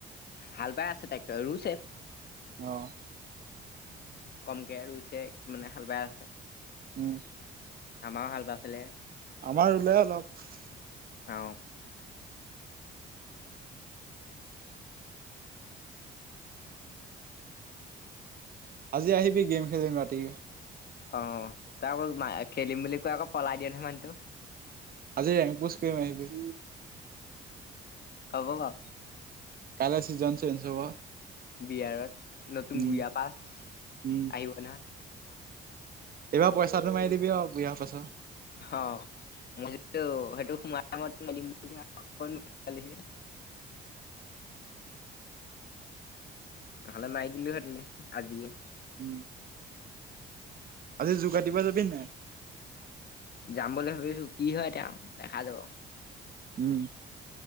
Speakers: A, on the left (about 55°); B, on the right (about 50°).
A: হাল বাই আছে টেক্টৰে, ৰুইচে।
B: অ'।
A: কমকে ৰুইছে, কিছুমানে হাল বাই আছে।
B: উম।
A: আমাৰো হাল বাইছিলে।
B: আমাৰ ৰুলে অলপ।
A: অ'।
B: আজি আহিবি গেম খেলিম ৰাতিকে।
A: অ' তই আকৌ খেলিম বুলি কৈ আকৌ পলাই দিয়ে নহয় মানুহোটো।
B: আজি ৰেংক পুচ কৰিম আহিবি।
A: হ'ব বাৰু।
B: কাইলৈ চিজন চেঞ্জ হ'ব।
A: বিয়াৰত, নতুন
B: উম
A: বিয়া পাছ,
B: উম
A: আহিব নহয়।
B: এইবাৰ পইচাটো মাৰি দিবি আৰু বুয়া পাছৰ।
A: অ' মই হেইটো সোমায় <unintelligible> নহ'লে মাৰি দিলোহেতেনে আজিয়ে।
B: উম। আজি যোগাৰ দিবা যাবি নে নাই?
A: যাম বুলি ভাবিছোঁ, কি হয় এতিয়া দেখা যাব।
B: উম,